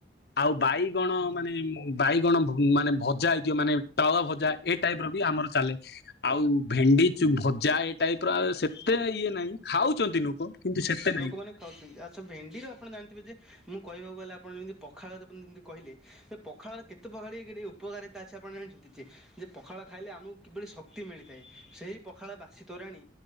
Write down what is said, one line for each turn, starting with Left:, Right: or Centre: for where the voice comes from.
Left: ଆଉ ବାଇଗଣ ମାନେ ବାଇଗଣ ମାନେ ଭଜା ହେଇଥିବ ମାନେ ତାୱା ଭଜା ଏ ଟାଇପ ର ବି ଆମର ଚାଲେ ଆଉ ଭେଣ୍ଡି ଚୁ ଭଜା ଏଇ ଟାଇପ ର ଆଉ ସେତ୍ ତେ ଇଏ ନାଇଁ ଖାଉଛନ୍ତି ନୁକ କିନ୍ତୁ ସେତେ ନାଇଁ।
Centre: ଲୋକମାନେ ଖାଉଛନ୍ତି ଆଚ୍ଛା ଭେଣ୍ଡିର ଆପଣ ଜାଣିଥିବେ ଯେ ମୁଁ କହିବାକୁ ଗଲେ ଆପଣ ଯେମିତି ପଖାଳ ଯେମିତି କହେ ପଖାଳର କେତେ ପଖାଳି ଉପକାରିତା ଅଛି ଆପଣ ଜାଣିଛନ୍ତି? ଯେ ପଖାଳ ଖାଇଲେ ଆମକୁ କିଭଳି ଶକ୍ତି ମିଳିଥାଏ ସେଇ ପଖାଳ ବାସି ତୋରାଣି